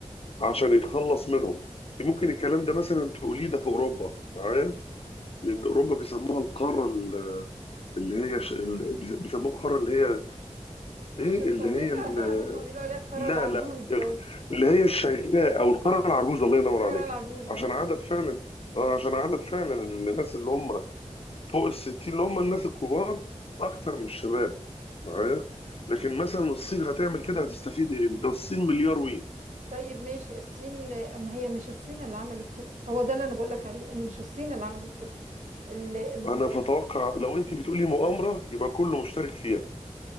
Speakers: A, on the left; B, on the right.
A: عشان يتخلص منهم ممكن الكلام ده مثلا تقوليه ده في اوروبا معايا لان اوروبا بيسموها القاره ال- اللي هي ش... ال- بيس- بيسموها القاره اللي هي ايه
B: الشيطانية
A: اللي هي ال...
B: <laughs> هما بيقولوا عليها الكرة
A: لا
B: العجوز
A: لا ال-
B: بس
A: اللي هي الشيخاء او القاره العجوزه الله ينور
B: الكرة
A: عليك
B: العجوز
A: عشان
B: اه
A: عدد فعلا اه عشان عدد فعلا الناس اللي هم فوق ال 60 اللي هم الناس الكبار اكتر من الشباب معايا لكن مثلا الصين هتعمل كده هتستفيد ايه؟ ده الصين مليار وي
B: طيب ماشي الصين اما هي مش الصين اللي عملت كده هو ده اللي انا بقول لك عليه ان مش الصين اللي عملت كده ال ال
A: انا بتوقع لو انت بتقولي مؤامره يبقى كله مشترك فيها